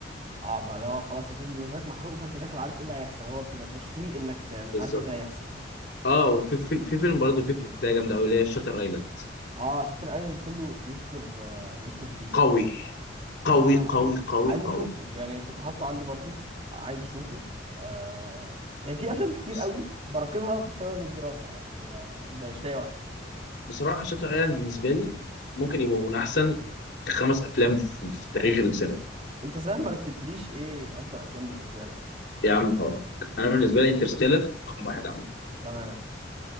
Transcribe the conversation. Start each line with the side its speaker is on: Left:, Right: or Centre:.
Right: اه فاللي هو خلاص الفيلم بالنسبة لك محروق فانت داخل عارف ايه اللي هيحصل هو بتبقى التشويق انك ت- مش
Left: بالظبط
Right: عارف ايه اللي هيحصل
Left: اه وفي في, في فيلم برضه فيه بلوتايه جامده قوي اللي هي شاتر ايلاند
Right: اه شاتر ايلاند كله بيشكر آه، بيشكر فيه
Left: قوي قوي
Right: آه
Left: قوي قوي
Right: عايز اشوفه
Left: قوي
Right: يعني كنت حاطه عندي برضو عايز اشوفه آه يعني في افلام كتير
Left: بس
Right: قوي براكمها بسبب الدراسه يعني آه مش لاقي وقت
Left: بصراحه شاتر ايلاند بالنسبه لي ممكن يبقوا من احسن خمس افلام في, في تاريخ السينما
Right: انت صحيح ما رتبتليش ايه افضل افلام بالنسبه لك
Left: يا عم هارك انا بالنسبه لي انترستيلر رقم واحد عمل
Right: تمام